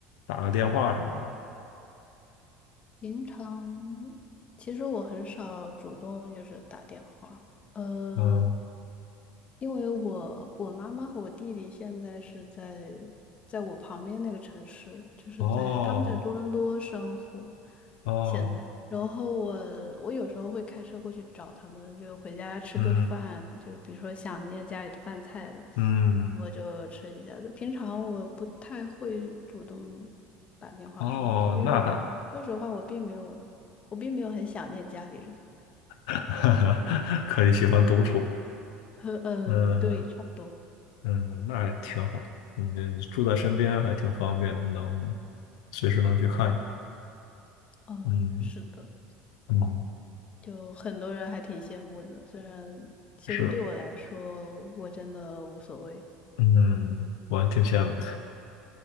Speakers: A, on the left; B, on the left.
A: 打个电话什么的吗？
B: 平常其实我很少主动就是打电话，呃，
A: 嗯，
B: 因为我我妈妈和我弟弟现在是在在我旁边那个城市，就是在他们在多伦多生活，
A: 哦，哦，
B: 现在，然后我我有时候会开车过去找他们，就回家吃个饭，
A: 嗯，
B: 就是比如说想念家里的饭菜了。
A: 嗯，
B: 我就吃一下。平常我不太会主动打电话什么的，
A: 哦，
B: 因为我说实话，
A: 那还
B: 我并没有，我并没有很想念家里人。
A: <laughs> 可以喜欢独处，
B: <laughs> 呵，嗯，
A: 嗯
B: 对，差不多。
A: 嗯，那还挺好，你住在身边还挺方便的，能随时能去看一看，
B: 嗯，
A: 嗯
B: 是的，
A: 嗯，
B: 就很多人还挺羡慕的，虽然其实对我来说，
A: 是，
B: 我真的无所谓。
A: 嗯，我还挺羡慕的